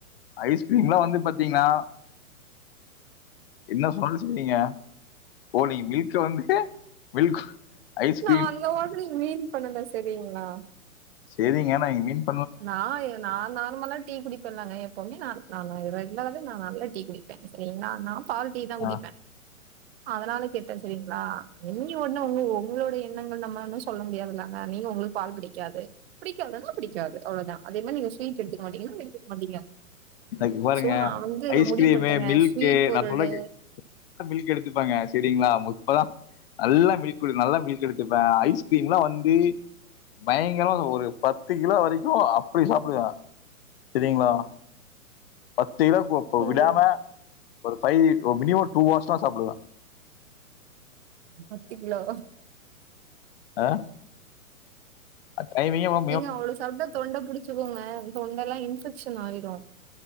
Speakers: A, on the left; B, on the right.
A: ஐஸ்கிரீம்ல்லா வந்து பாத்தீங்ன்னா என்ன சொல்ல சொல்றீங்க ஓ நீங்க வீட்ல வந்து மில்க் ஐஸ்கிரீம்
B: நா அந்த மாரி மீன் பண்ணல செரிங்ளா
A: செரிங்க நா இனி மேல்
B: நா ஏ நா நார்மல டீ குடிப்பேலங்க எப்பவுமே நா நா நா ரெகுலராவே நா நல்லா டீ குடிப்பே செரிங்ளா நா பால் டீ தா குடிப்பே
A: ஆ,
B: அதுனால கேட்டே செரிங்ளா நீ ஒண்ணு உங்க உங்களோட எண்ணங்கள் நம்ம ஒன்னு சொல்ல முடியாதுல்லங்க நீங்க உங்களுக்கு பால் பிடிக்காது பிடிக்காதுனா பிடிக்காது அவ்ளோதா அது என்ன நீங்க ஸ்வீ்ட் எடுத்துக்க மாட்டீங்கன்னா எடுத்துக்க மாட்டீங்க
A: இந்தா இங்க பாருங்க
B: சோ நான் வந்து இத
A: ஐஸ்கிரீமு
B: முடிவு பண்ட்டேங்க.
A: மில்க்கு
B: ஸ்வீட் பொருளு
A: நா சொல்றே கேளுங் கக் மில்க் எடுத்துப்பேங்க சரிங்ளா இப்ப தா நல்லா மில்க்டு நல்லா மில்க் எடுத்துப்பே ஐஸ்கிரீம்லா வந்து பயங்கரமா ஒரு பத்து கிலோ வரைக்கு அப்புடி சாப்புடுவே சரிங்ளா பத்து கிலோக்கு இப்ப
B: கிலோவா?
A: விடாம ஒரு ஃபைவ்ஜு இப்ப மினிமம் டூ ஹவர்ஸ்லா சாப்புடுவே
B: பத்து கிலோ
A: அ அ டைமிங்கு ஒ
B: ஏங்க அவ்ளோ சாப்ட்ட தொண்ட புடிச்சுக்கோங்க தொண்டல்லா இன்ஃபெக்ஷன் ஆயிரு